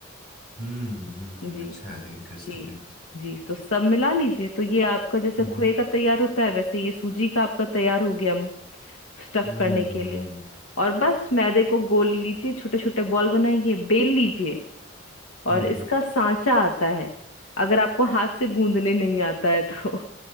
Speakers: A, on the left; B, on the left.
A: हम्म हम्म,
B: जी
A: अच्छा है इंटरेस्टिंग
B: जी
A: है
B: जी तो सब मिला लीजिए तो ये आपका जैसे
A: हम्म
B: खोए का तैयार होता है वैसे ये सूजी का आपका तैयार हो गया स्टफ
A: हम्म
B: करने
A: हम्म
B: के
A: हम्म
B: लिए और बस मैदे को गोल लीजिए छोटे छोटे बॉल बनाइए बेल लीजिए और
A: हम्म।
B: इसका
A: हम्म।
B: सांचा आता है अगर आपको हाथ से गूंदने नहीं आता है तो